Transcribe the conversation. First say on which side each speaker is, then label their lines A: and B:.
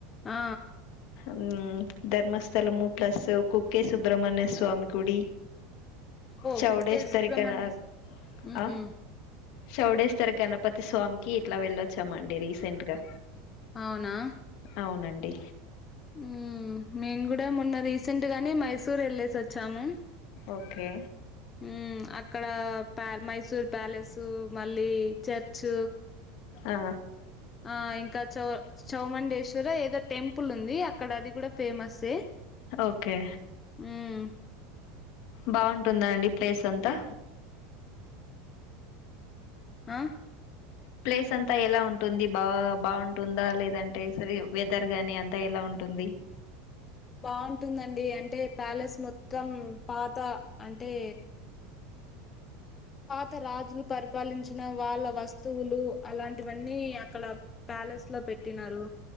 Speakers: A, on the left (about 20°); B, on the left (about 55°).
A: ఆ
B: మ్మ్ ధర్మస్థలము ప్లస్ కుక్కే సుబ్రహ్మణ్య స్వామి గుడి
A: ఓ
B: చౌడస్
A: కుక్కే
B: తారకాన
A: సుబ్రహ్మణ్య మ్మ్
B: ఆ
A: మ్మ్
B: చెౌడస్ తర్ఖన ప్రతి స్వామికీ ఇట్లా వెళ్ళొచ్చామండి రీసెంట్ గా
A: అవునా
B: అవునండి
A: మ్మ్ మేం గూడా మొన్న రీసెంట్ గానే మైసూర్ వెళ్ళేసి వచ్చాము.
B: ఓకే
A: ఉమ్ అక్కడ ప మైసూర్ ప్యాలెసు మళ్ళీ చర్చ్
B: ఆ
A: ఆ ఇంకా చౌ చౌమండేశ్వర ఏదో టెంపుల్ ఉంది అ అక్కడ అది కూడా ఫేమస్సే
B: ఓకే
A: ఉమ్
B: బాగుంటుందా అండి ప్లేస్ అంతా?
A: ఆ
B: ప్లేస్ అంతా ఎలా ఉంటుంది బా బాగుంటుందా లేదంటే సర వెదర్ గాని అ అంతా ఎలా ఉంటుంది?
A: బాగుంటుందండి అంటే ప్యాలెస్ మొత్తం పాత అంటే పాత రాజులు పరిపాలించిన వాళ్ళ వస్తువులు అలాంటివన్నీ అక్కడ ప్యాలెస్ లో పెట్టినారు